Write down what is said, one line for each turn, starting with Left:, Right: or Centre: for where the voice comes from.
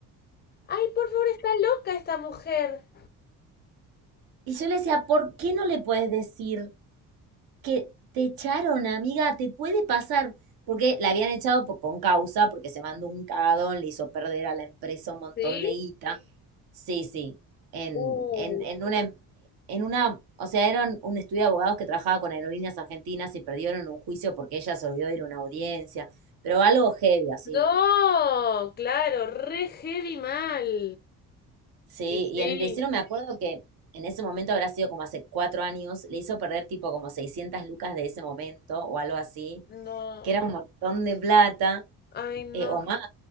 Left: Ay, por favor, está loca esta mujer.
Right: Y yo le decía, ¿por qué no le puedes decir que te echaron, amiga, te puede pasar. Porque la habían echado por, con causa, porque se mandó un cagadón, le hizo perder a la empresa un montón
Left: ¿Sí?
Right: de guita. Sí, sí. En,
Left: Uh.
Right: en, en una, em- en una, o sea, eran un estudio de abogados que trabajaba con aerolíneas argentinas y perdieron un juicio porque ella se olvidó de ir a una audiencia. Pero algo heavy, así.
Left: No, claro, re heavy mal.
Right: Sí,
Left: Y sí,
Right: y en, le hicieron, me acuerdo que en ese momento habrá sido como hace cuatro años, le hizo perder tipo como 600 lucas de ese momento o algo así,
Left: No,
Right: que era un montón de plata,
Left: ay, no.
Right: eh, o más,